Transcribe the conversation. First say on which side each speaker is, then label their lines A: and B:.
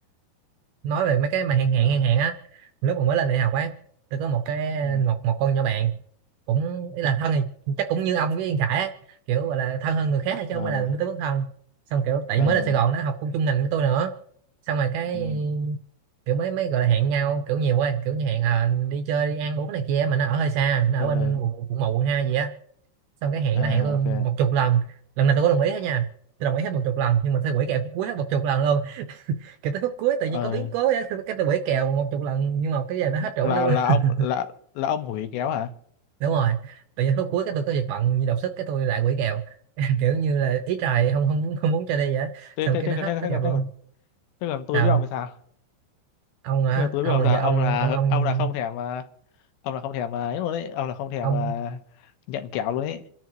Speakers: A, on the right; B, on the left.
A: nói về mấy cái mà hẹn hẹn
B: ờ
A: hẹn hẹn á lúc mà mới lên đại học á tôi có một cái
B: ừ.
A: một một con nhỏ bạn cũng ý là thân thì chắc cũng như ông với Yên Khải á kiểu gọi là thân hơn người khác thôi chứ
B: ờ
A: không phải là tới mức thân xong kiểu tại
B: ờ
A: mới lên Sài Gòn nó học cùng chung ngành với tôi nữa xong rồi cái
B: ừ.
A: kiểu mới mới gọi là hẹn nhau kiểu nhiều quá kiểu như hẹn à, đi chơi đi ăn uống này kia mà nó ở hơi xa nó
B: ờ
A: ở bên
B: ờ,
A: quận quận một quận hai gì á xong cái hẹn
B: à
A: nó hẹn tôi
B: ok
A: một chục lần lần nào tôi có đồng ý hết nha tôi đồng ý hết một chục lần nhưng mà tôi quỷ kèo phút cuối hết một chục lần luôn kiểu tới phút cuối tự
B: ờ
A: nhiên có biến cố á cái tôi quỷ kèo một chục lần nhưng mà cái giờ nó hết chỗ
B: là
A: nữa
B: là
A: <laughs>
B: ông là là ông hủy kéo hả
A: đúng rồi tự nhiên phút cuối cái tôi có việc bận như đột xuất cái tôi lại quỷ kèo <laughs> kiểu như là ý trời không không không muốn cho đi vậy á.
B: thế
A: xong
B: thế
A: cái
B: thế
A: nó
B: thế
A: hết
B: thế
A: hết
B: thế
A: gặp
B: còn
A: luôn
B: thế thế còn tôi
A: sao
B: biết ông thì sao
A: ông hả
B: thế còn tôi
A: ông
B: biết ông
A: là
B: sao
A: do
B: ông
A: ông
B: là
A: ông ông
B: ông là không thèm mà ông là không thèm mà ấy luôn đấy ông là không thèm
A: ông
B: mà nhận kẹo luôn ấy